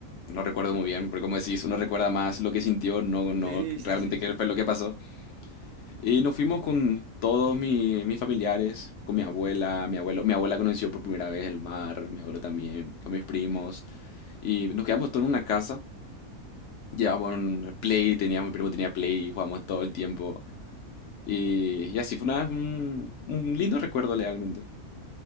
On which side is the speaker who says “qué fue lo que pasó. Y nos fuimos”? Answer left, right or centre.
Left